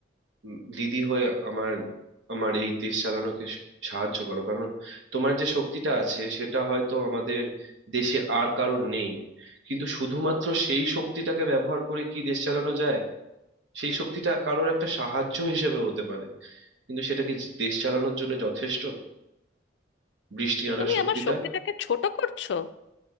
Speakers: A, on the right; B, on the left.
A: উম, দিদি হয়ে আমার আমার এই দেশ চালানোকে স- সাহায্য করো কারণ তোমার যে শক্তিটা আছে সেটা হয়তো আমাদের দেশে আর কারোর নেই কিন্তু শুধুমাত্র সেই শক্তিটাকে ব্যবহার করে কি দেশ চালানো যায় সেই শক্তিটা কারোর একটা সাহায্য হিসেবে হতে পারে কিন্তু সেটা কি দেশ চালানোর জন্য যথেষ্ট বৃষ্টি আনার
B: তুমি
A: শক্তিটা
B: আমার শক্তিটাকে ছোট করছো